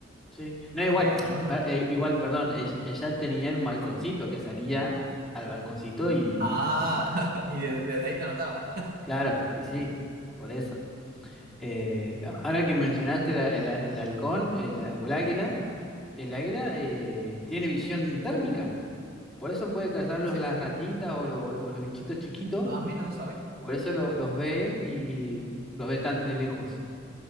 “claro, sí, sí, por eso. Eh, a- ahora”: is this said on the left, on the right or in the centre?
Centre